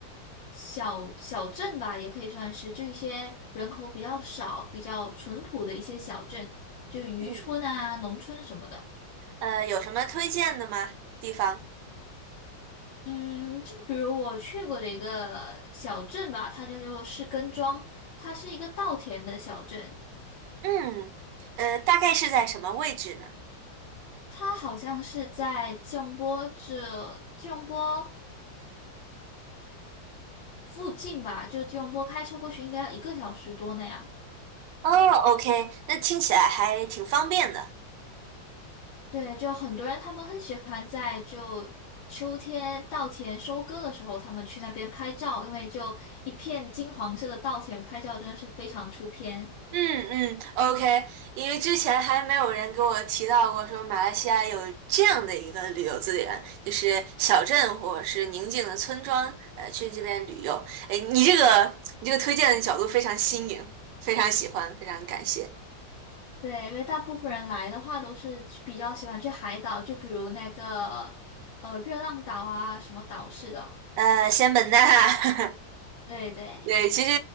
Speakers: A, on the left; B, on the right.
A: 小小镇吧，也可以算是，就一些人口比较少、比较淳朴的一些小镇，就渔村啊、
B: 嗯，
A: 农村什么的。
B: 呃，有什么推荐的吗？地方？
A: 嗯，就比如我去过的一个小镇吧，它叫做士根庄，它是一个稻田的小镇，
B: 嗯，呃，大概是在什么位置呢？
A: 它好像是在吉隆坡这吉隆坡。附近吧，就吉隆坡开车过去应该要一个小时多那样。
B: 哦，OK，那听起来还挺方便的。
A: 对，就很多人他们很喜欢在就秋天稻田收割的时候，他们去那边拍照，因为就一片金黄色的稻田拍照真的是非常出片。
B: 嗯嗯，OK，因为之前还没有人给我提到过说马来西亚有这样的一个旅游资源，就是小镇或者是宁静的村庄，呃，去这边旅游。哎，你这个你这个推荐的角度非常新颖，非常喜欢，非常感谢。
A: 对，因为大部分人来的话都是比较喜欢去海岛，就比如那个呃热浪岛啊什么岛似的。
B: 呃，仙本那，<laughs>
A: 对对。
B: 对，其实，